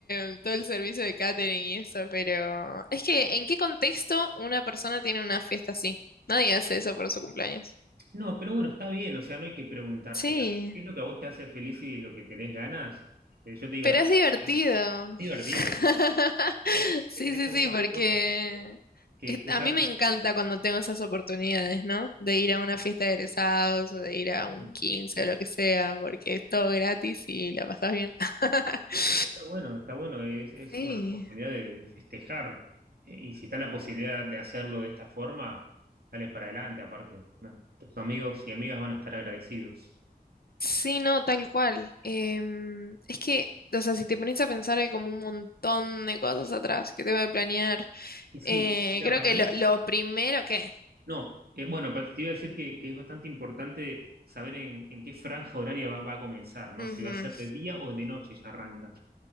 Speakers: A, on the left; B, on the right.
A: eh, todo el servicio de catering y eso, pero es que, ¿en qué contexto una persona tiene una fiesta así? Nadie hace eso por su cumpleaños.
B: No, pero bueno, está bien, o sea, no hay que preguntarse.
A: Sí,
B: tanto. ¿Qué es lo que a vos te hace feliz y lo que tenés ganas? Eh, yo te digo,
A: pero
B: dale,
A: es divertido.
B: para adelante. Es divertido,
A: <laughs>
B: obvio. Es que, es
A: Sí,
B: que tenés
A: sí,
B: como
A: sí,
B: esas
A: porque
B: dos cosas, que,
A: es-
B: que
A: a
B: sabes
A: mí me encanta cuando tengo esas oportunidades, ¿no? De ir a una fiesta de egresados o de ir a un
B: que
A: 15 o lo que sea, porque es todo gratis y la pasas bien. <laughs>
B: Es que está bueno, está bueno, es, es
A: Sí.
B: una oportunidad de, de festejar. Eh, Y si está la posibilidad de hacerlo de esta forma, dale para adelante, aparte. nada, Tus amigos y amigas van a estar agradecidos.
A: Sí, no, tal cual. Em, es que, o sea, si te pones a pensar, hay como un montón de cosas atrás que tengo que planear.
B: Y sí,
A: Eh,
B: mira,
A: creo
B: para
A: que
B: mí,
A: lo,
B: es-
A: lo primero que...
B: no, eh, bueno, pa- te iba a decir que, que es bastante importante saber en, en qué franja horaria va, va a comenzar, ¿no?
A: Ujú,
B: Si va a ser de día o de noche ya arranca.